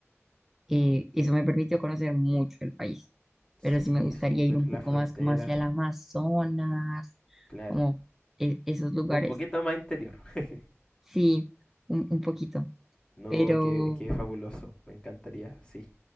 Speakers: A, in the centre; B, on the left (about 20°).
A: eh, eso me permitió conocer mucho el país.
B: Sí,
A: Pero sí me gustaría
B: súper,
A: ir un poco
B: la frontera,
A: más como hacia el Amazonas,
B: claro.
A: como e- esos lugares.
B: Un poquito más interior. <laughs>
A: Sí, un, un poquito.
B: No,
A: Pero
B: qué, qué fabuloso, me encantaría, sí.